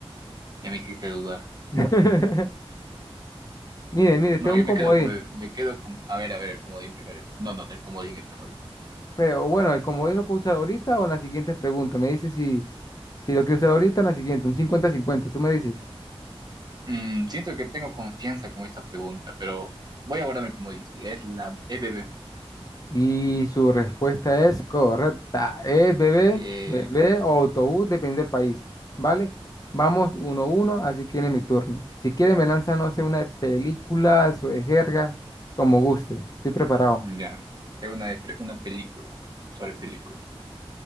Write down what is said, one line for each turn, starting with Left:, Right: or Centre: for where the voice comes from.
Right: Ya me hiciste dudar.
Left: <laughs> Mire, mire,
Right: No,
Left: tengo
Right: yo
Left: un comodín.
Right: me quedo con, me quedo con, a ver, a ver, el comodín primero. el- No, no, no, el comodín, el comodín.
Left: Pero bueno, el comodín lo puedo usar ahorita o en las siguientes preguntas. Me dice si, si lo quiero usar ahorita o en la siguiente, un cincuenta-cincuenta. Tú me dices.
Right: Mm, siento que tengo confianza con esta pregunta, pero voy a guardarme el comodín. Sí, es la es bebé.
Left: Y su respuesta es correcta. Es bebé,
Right: Eh,
Left: bebé o
Right: bien,
Left: autobús, depende del país. ¿Vale? Vamos uno a uno, así que viene mi turno. Si quiere, me lanza, no sé, una película o de jerga, como guste. Estoy preparado.
Right: ya. Tengo una, de pre- una película sobre película.